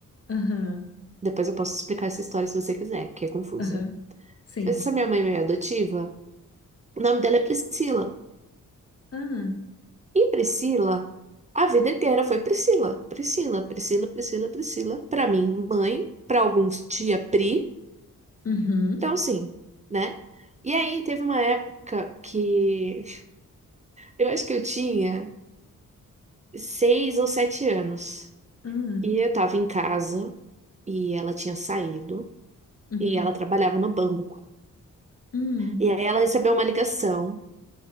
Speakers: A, on the left; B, on the right.
A: aham,
B: Depois eu posso explicar essa história se você quiser, que é confusa.
A: aham, sim.
B: Mas essa minha mãe meio adotiva. O nome dela é Priscila.
A: Ah,
B: E Priscila, a vida inteira foi Priscila, Priscila, Priscila, Priscila, Priscila. Para mim, mãe, para alguns, tia Pri.
A: uhum,
B: Então, assim, né? E aí, teve uma época que eu acho que eu tinha seis ou sete anos.
A: ah,
B: E eu tava em casa e ela tinha saído
A: uhum,
B: e ela trabalhava no banco.
A: hum,
B: E aí, ela recebeu uma ligação.